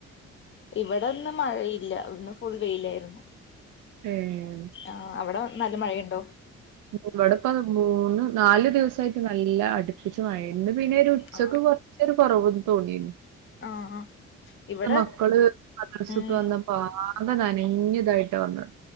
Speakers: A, on the left; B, on the right.
A: ഇവിടെ ഒന്നും മഴയില്ല, ഇന്ന് ഫുൾ വെയിലായിരുന്നു.
B: ഉം.
A: ആ അവിടെ നല്ല മഴയുണ്ടോ?
B: ഇവിടപ്പ മൂന്ന് നാല് ദിവസായിട്ട് മഴയില്ല അടു പ്പിച്ച് മഴയാര്ന്ന്. ഇന്ന്പ്പാ ഇനി ഒരു ഉച്ചക്ക്
A: ആഹ്
B: കുറച്ച് ഒരു കുറവ് തോന്നിരുന്നു.
A: ആഹ് ഇവിടെ
B: മക്കള്, മദ്റസ
A: ഉം
B: വിട്ട് വന്നപ്പ ആകെ നനഞ്ഞ് ഇതായിട്ടാ വന്നത്.